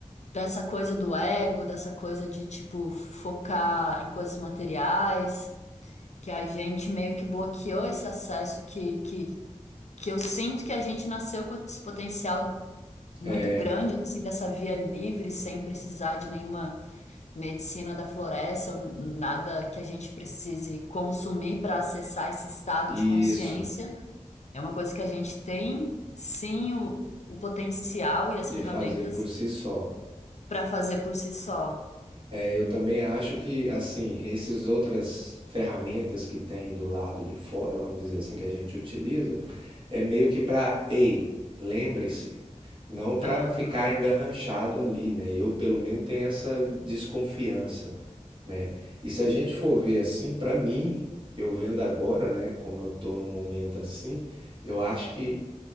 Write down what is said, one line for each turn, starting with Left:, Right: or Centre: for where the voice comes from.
Left: dessa coisa do ego, dessa coisa de tipo focar em coisas materiais, que a gente meio que bloqueou esse acesso que, que, que eu sinto que a gente nasceu com esse potencial muito
Right: é.
Left: grande assim dessa via livre sem precisar de nenhuma medicina da floresta, ou nada que a gente precise consumir para acessar esse estado
Right: E
Left: de consciência.
Right: isso
Left: É uma coisa que a gente tem sim o, o potencial e as
Right: de
Left: ferramentas
Right: fazer por si só
Left: para fazer por si só.
Right: É, eu também acho que, assim, essas outras ferramentas que tem do lado de fora, vamos dizer assim, que a gente utiliza, é meio que para, ei, lembre-se, não para
Left: Aham.
Right: ficar engarranchado ali, né? Eu, pelo menos, tenho essa desconfiança, né? E se a gente for ver assim, para mim, eu vendo agora, né, como eu tô num momento assim, eu acho que